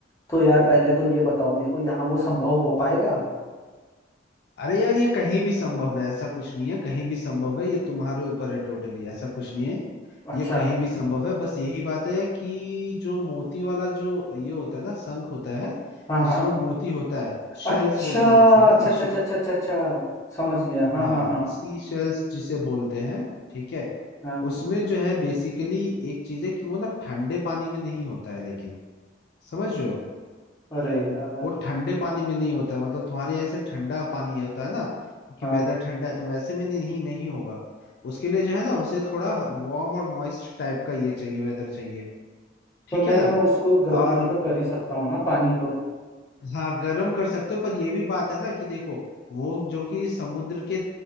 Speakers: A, on the left; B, on the left.
A: तो यार पहले तो ये बताओ मेरे को यहाँ वो संभव हो पाएगा
B: अरे यार ये कहीं भी संभव है ऐसा कुछ नहीं है कहीं भी संभव है ये तुम्हारे ऊपर है टोटली ऐसा कुछ नहीं है
A: अच्छा
B: ये कहीं भी संभव है बस यही बात है कि जो मोती वाला जो ये होता है ना शंख होता है
A: हाँ
B: जिसमें
A: हाँ
B: मोती होता है शेल्स
A: अच्छा
B: बोलते हैं जिसे है
A: अच्छा
B: ना
A: अच्छा अच्छा अच्छा अच्छा अच्छा, समझ गया हाँ
B: हाँ
A: हाँ हाँ
B: सी शेल्स जिसे बोलते हैं ठीक है
A: हाँ
B: उसमें जो है बेसिकली एक चीज है कि वो ना ठंडे पानी में नहीं होता है लेकिन समझ रहे हो
A: अरे यार
B: वो ठंडे पानी में नहीं होता है मतलब तुम्हारे यहाँ जैसे ठंडा पानी होता है ना कि
A: हाँ।
B: वेदर ठंडा है तो वैसे में नहीं नहीं नहीं होगा उसके लिए जो है ना उसे थोड़ा वार्म और मॉइस्ट टाइप का ये चाहिए वेदर चाहिए ठीक
A: तो मैं
B: है ना
A: उसको गर्म
B: और
A: भी तो कर ही सकता हूँ ना पानी को
B: हाँ गर्म कर सकते हो पर ये भी बात है ना कि देखो वो जो कि समुद्र के